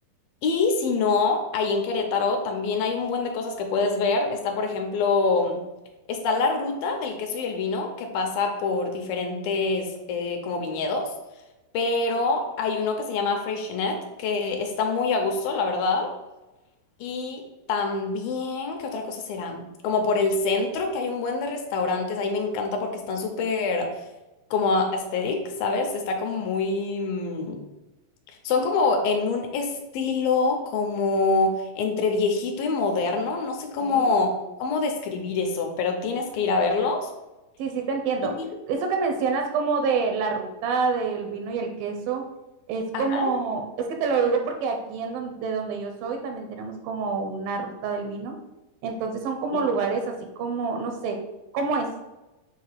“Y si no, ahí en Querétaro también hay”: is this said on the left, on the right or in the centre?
Left